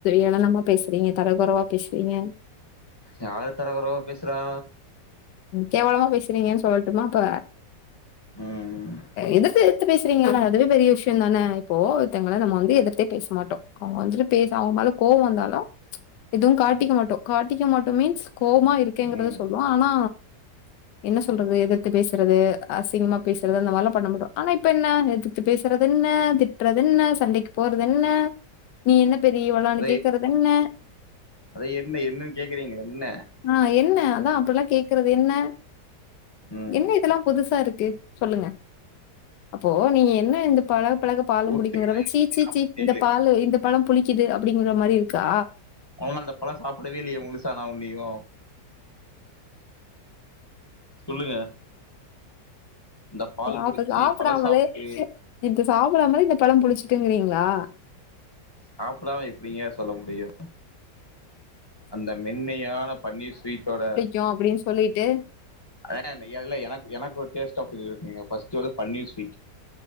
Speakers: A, on the left; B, on the left.
A: ஏளனமா பேசுறீங்க தரைகுறவா பேசுறீங்க
B: யார தரகொறவா பேசுறா
A: கேவலமா பேசுறீங்கன்னு சொல்லட்டுமா அப்ப
B: ம்
A: எதுக்கு தித்து பேசுறீங்கள அதுவே பெரிய விஷயம் தானே இப்போ ஒருத்தவங்கல நம்ம வந்து எதுத்தே பேச மாட்டோ அவுங்க வந்துட்டு பேச அவங்க மேல கோவ வந்தாலு எதுவு காட்டிக்க மாட்டோ காட்டிக்க மாட்டோ மீன்ஸ் கோவமா இரு க்கேங்கறத
B: ம்
A: சொல்லுவோ ஆனா என்ன சொல்றது எதிர்த்து பேசுறது அசிங்கமா பேசுறது அந்த மாதிரிலா பண்ண மாட்டோ ஆனா இப்ப என்ன எதிர் த்து பேசுறது என்ன திட்டுறது என்ன சண்டைக்கு போறது என்ன நீ என்ன பெரிய இவளான்னு
B: அத
A: கேக்குறது என்ன
B: அத என்ன என்னன்னு கேக்குறீங்கள என்ன
A: ஆ என்ன அதா அப்படில்லா கேக்குறது என்ன
B: ம்
A: என்ன இதெல்லாம் புதுசா இருக்கு சொல்லுங்க அப்போ நீங்க என்ன இந்த பழக பழக பாலு
B: ஊட்டி
A: புலிக்குங்கிற சீ சீ
B: நாப்பத்தேழு
A: சீ இந்த பாலு இந்த பழம் புளிக்குது அப்படிங்கிற மாரி இருக்கா
B: நா ஒன்னு அந்த பழம் சாப்பிடவே இல்லையே முழுசா நா ஆகுலயு சொல்லுங்க இந்த பால் குடிச்சு
A: அப்ப சாப்பிடாமலே
B: பழ சாப்ட்டு
A: இப்ப சாப்பிடாமயே இந்த பழம் புளிச்சுட்டுங்கிறீங்களா
B: சாப்டாம எப்படிங்க சொல்ல முடியு அந்த மென்மையான பன்னீர் ஸ்வீட்டோட
A: யோ அப்படின்னு சொல்லிட்டு
B: அதா அந்த எலைல எனக்கு எனக்கு ஒரு டேஸ்ட் ஆஃப் யூ இருக்குங்க ஃபஸ்ட் வந்து பன்னீர் ஸ்வீட்